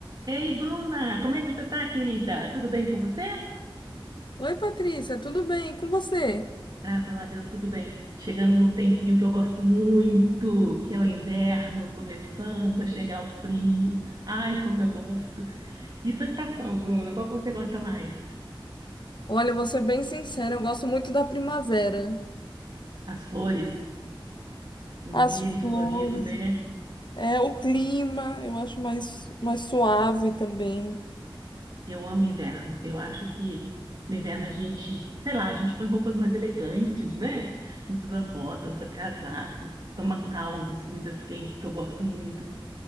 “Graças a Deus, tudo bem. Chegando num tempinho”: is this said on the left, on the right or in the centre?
Right